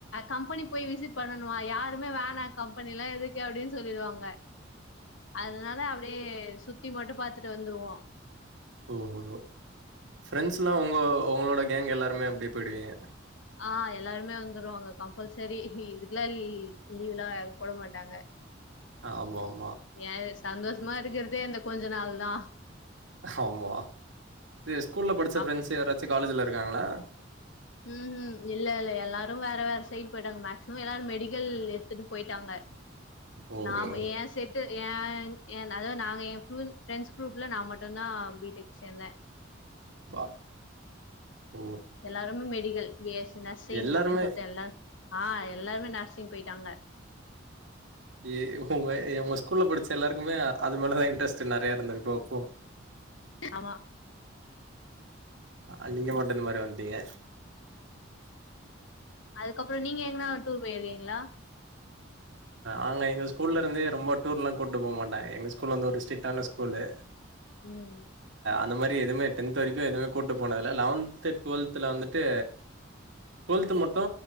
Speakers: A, on the left; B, on the right.
A: கம்பெனி போயி விசிட் பண்ணனுவா யாருமே வேணா கம்பெனி எல்லா எதுக்கு அப்டின் சொல்லிருவாங்க அதனால அப்டே சுத்தி மட்டும் பாத்துட்டு வந்துருவோம்
B: ஓஹோ ஃப்ரெண்ட்ஸ்லாம் உங்க உங்களோட கேங்க் எல்லாருமே அப்டே போயிடுவீங்க
A: ஆ எல்லாருமே வந்துருவாங்க கம்பல்செரி இதுக்கெல்லாம் லீ லீவ்லா போட மாட்டாங்க
B: ஆமா ஆ
A: ஏன் சந்தோஷமா இருக்கிறதே அந்த கொஞ்ச நாள் தா
B: ஆமா இது ஸ்கூல்ல படிச்ச
A: அப்
B: பிரண்ட்ஸே யாரச்சிம் காலேஜில இருக்காங்களா
A: ம்ஹூ இல்ல இல்ல எல்லாரும் வேற வேற சைடு போயிட்டாங்க மேக்சிமம் எல்லாரும் மெடிக்கல் எடுத்துட்டு போயிட்டாங்க
B: ஓஹோ
A: நாம ஏ செட்டு ஏ ஏ அதாது நாங்க எ ஃபிளு ஃப்ரெண்ட்ஸ் குரூப்ல நா மட்டுதா பீடெக் சேந்தே
B: பா ஓ
A: எல்லாருமே மெடிக்கல் பிஎஸ்சி நர்சிங்
B: எல்லாருமே
A: அப்பிடின் சொல்ட்டு எல்லாரு ஆ எல்லாருமே நர்சிங் போயிட்டாங்க
B: ஏ உங்க உங்க ஸ்கூல்ல படிச்ச எல்லாருக்குமே அது மேலதா இன்ட்ரெஸ்ட் நெறையா இருந்திருக்கு அப்போ
A: ஆமா
B: அ நீங்க மட்டு இந்த மாரி வந்த்ட்டீங்க
A: அதுக்கப்புறோ நீங்க எங்கனா டூர் போயிருக்கீங்களா
B: ஆங்க எங்க ஸ்கூல்ல இருந்து ரொம்ப டூர் எல்லா கூட்டு போ மாட்டாங்க எங்க ஸ்கூல்ல இருந்து ஒரு ஸ்ட்ரிக்டான ஸ்கூல்லு
A: ம்
B: இந்த மாரி எதுமே டென்த் வரைக்கு எதுமே கூட்டு போனதில்லை லெவன்த்து டுவெல்த்துல வந்துட்டு டுவெல்து மட்டு